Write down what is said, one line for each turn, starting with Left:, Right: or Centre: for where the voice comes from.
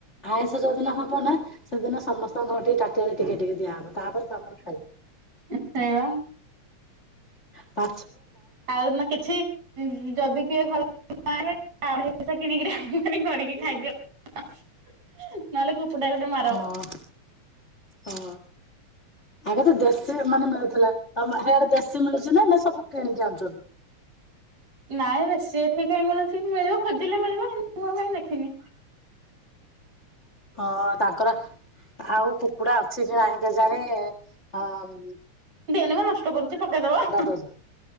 Left: ଆଇଷ ଯଉଦିନ ହ ହବ ନା ସେଦିନ ସମସ୍ତଙ୍କ ଘରେ ଟିକେ ତାଟିଆରେ ଟିକେ ଟିକେ ଦିଆହବ ତାପରେ ତମର ଖାଇବ।
Right: ସେଇବା
Left: ପା
Right: ଆଉ ନା କିଛି ଉଁ-ଉଁ ଯଦି କିଏ ଘଲ <inaudible> ମାଉଁଷ କିଣିକିରି ରାନ୍ଧି କରିକି ଖାଇଦିଅ ନହେଲେ କୁକୁ <unintelligible> ମାର
Left: ହଁ। ହଁ। ଆଗ ତ ଦେଶୀ ମାନେ ମିଳୁଥିଲା। ତମ <unintelligible> ଦେଶି <unintelligible> ନା ସବୁ କିଣିକି ଆଣିଛନ୍ତି
Right: ନାଇଁ ବେଶୀ ଏଠିକି କାଇ ମିଳୁଛିକି ମିଳିବ ଖୋଜିଲେ ମିଳିବ କିନ୍ତୁ ମୁଁ ଆଉ କାଇଁ ଦେଖିନି।
Left: ହଁ ତାଙ୍କର ଆଉ କୁକୁଡା ଅଛି କି ନାହିଁ କେଜାଣି ହମ୍
Right: ଦେନି ମ ନଷ୍ଟ କରୁଛି ପକେଇଦବ।
Left: ଦଉଛ